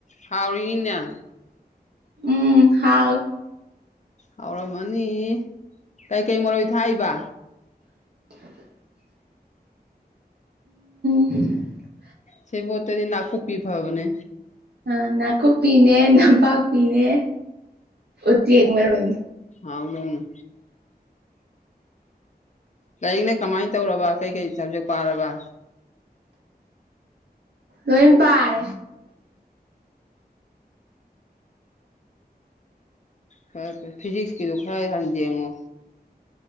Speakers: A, on the left (about 45°); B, on the right (about 75°).
A: ꯍꯥꯎꯔꯤꯅ
B: ꯎꯝ ꯍꯥꯎꯋꯤ
A: ꯍꯧꯥꯎꯔꯝꯃꯅꯤ ꯀꯩꯀꯩ ꯃꯔꯣꯏ ꯊꯥꯛꯏꯕ
B: ꯑ <unintelligible>
A: ꯁꯤꯕꯨꯠꯇꯗꯤ ꯅꯥꯀꯨ ꯄꯤ ꯐꯕꯅꯦ
B: ꯑ ꯅꯥꯀꯨꯞꯄꯤꯅꯦ ꯅꯝꯄꯥꯛꯄꯤꯅꯦ ꯎꯆꯦꯛ ꯃꯔꯣꯏꯅꯦ
A: ꯑꯧꯅꯧꯅ ꯀꯩꯅꯦ ꯀꯃꯥꯏ ꯇꯧꯔꯕ ꯀꯩꯀꯩ ꯁꯕꯖꯦꯛ ꯄꯥꯔꯕ
B: ꯀꯣꯏꯝ ꯄꯥꯏ
A: ꯐꯦ ꯐꯔꯦ ꯐꯤꯖꯤꯛꯁꯀꯤꯗꯨꯣ ꯈꯔꯍꯥꯟ ꯌꯦꯡꯉꯣ